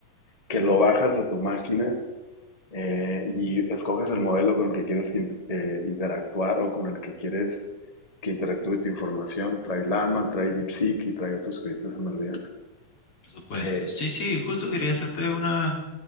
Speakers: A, on the left; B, on the left.
A: que lo bajas a tu máquina eh, y escoges el modelo con el que quieres in- eh, interactuar o con el que quieres que interactúe tu información. Trae llama trae DeepSeek y trae otros que ahorita se me olvidan.
B: Por supuesto.
A: Eh,
B: Sí, sí, justo quería hacerte una,